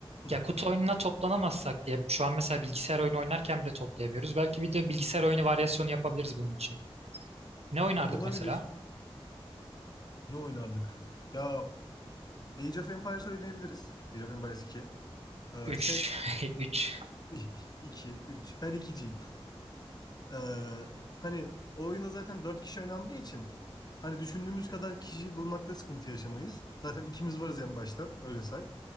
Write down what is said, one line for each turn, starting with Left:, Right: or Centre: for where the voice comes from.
Left: Hı.
Right: ya kutu oyununa toplanamazsak diye şu an mesela bilgisayar oyunu oynarken bile toplayamıyoruz. Belki bir de bilgisayar oyunu varyasyonu yapabiliriz bunun için. Ne oynardık
Left: Olabilir.
Right: mesela?
Left: Ne oynardık? Ya Age of Empires oynayabiliriz. Age of Empires iki. Ee,
Right: üç
Left: şey
Right: <laughs> üç
Left: <laughs> 2 3. Ben 2'ciyim. <laughs> Ee, hani o oyunda zaten 4 kişi oynandığı için hani düşündüğümüz kadar kişi bulmakta sıkıntı yaşamayız. Zaten ikimiz varız en başta. Öyle say.